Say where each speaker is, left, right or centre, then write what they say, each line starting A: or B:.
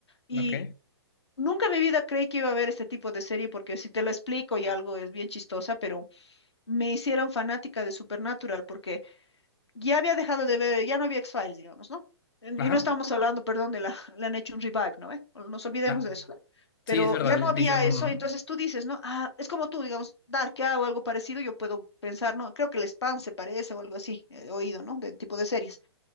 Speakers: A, on the left; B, on the left.
A: Y
B: ok,
A: nunca en mi vida creí que iba a haber este tipo de serie, porque si te lo explico y algo es bien chistosa, pero me hicieron fanática de Supernatural, porque ya había dejado de ver, ya no había X-Files, digamos, ¿no? En-
B: ajá,
A: Y no estábamos hablando, perdón, de la, <laughs> le han hecho un revive, ¿no? ve? O- Nos olvidemos
B: na-
A: de eso. Pero
B: Sí, es verdad,
A: ya no
B: le
A: había
B: hicieron
A: eso,
B: uno, ¿no?
A: entonces tú dices, ¿no? Ah, es como tú, digamos, Dark, ¿qué hago? Algo parecido, yo puedo pensar, ¿no? Creo que el Spam se parece o algo así, he oído, ¿no? De tipo de series.